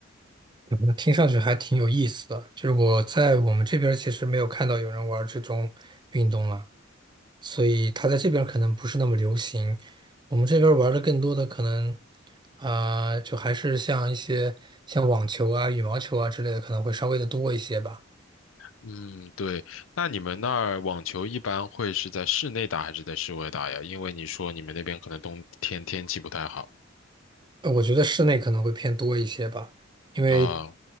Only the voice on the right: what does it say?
嗯听上去还挺有意思的，就是我在我们这边儿其实没有看到有人玩儿这种运动了。所以它在这边儿可能不是那么流行。我们这边儿玩的更多的可能，啊、就还是像一些像网球啊、羽毛球啊之类的，可能会稍微的多一些吧。
呃我觉得室内可能会偏多一些吧，因为